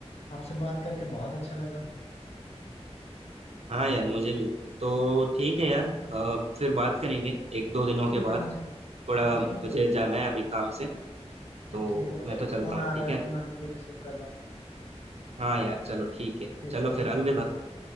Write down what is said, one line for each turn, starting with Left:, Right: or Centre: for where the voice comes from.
Left: आपसे बात करके बहुत अच्छा लगा
Right: हाँ यार मुझे भी तो ठीक है यार अ, फिर बात करेंगे एक दो दिनों
Left: ठीक
Right: के
Left: है
Right: बाद
Left: मुझे
Right: थोड़ा मुझे
Left: ठीक है
Right: जाना है अभी काम से
Left: हाँ
Right: तो
Left: ठीक है मुझे
Right: मैं
Left: एक
Right: तो चलता
Left: फोन
Right: हूँ
Left: आ
Right: ठीक
Left: रहा है
Right: है
Left: तो मैं उसे रिसीव कर रहा हूँ
Right: हाँ यार चलो ठीक है
Left: ठीक
Right: चलो
Left: है धन्यवाद
Right: फिर अलविदा